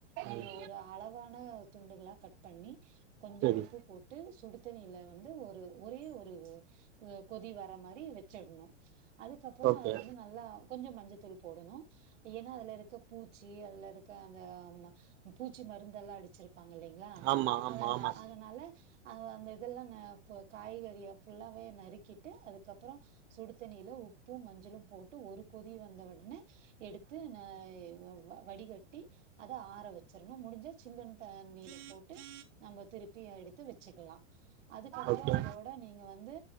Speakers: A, on the right; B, on the right.
A: நீ
B: ம்
A: ஒரு அளவான துண்டுகளா கட் பண்ணி கொஞ்சோ
B: சரி
A: உப்பு போட்டு சுடுதண்ணியில வந்து ஒரு ஒரே ஒரு கொதி வர மாரி வச்சிடணு அதுக்கப்பறோ
B: ஓகே
A: அத வந்து நல்லா கொஞ்சோ மஞ்சத்தூள் போடணு ஏன்னா அதுல இருக்க பூச்சி அதில இருக்க அந்த ஆமா பூச்சி மருந்தெல்லா அடிச்சிருக் ப்பாங்க இல்லலைங்களா
B: ஆமா ஆமா
A: அத
B: ஆமா
A: அதனால அது அந்த இதெல்லா ந காய்கறிய ஃபுல்லாவே நறுக்கிட்டு அதுக்கப்பறோ சுடு தண்ணியில உப்பு மஞ்சளு போட்டு ஒரு கொதி வந்த உடனே எடுத்து ந வ வ வடிகட்டி அத ஆற வச்சரனு முடிஞ்சா சில்லுன் தண்ணீல போட்டு நம்ப திருப்பி எடுத்து வச் ச்சிக்கலா அதுக்கப்புறோ
B: ஓகே
A: அதோட நீங்க வந்து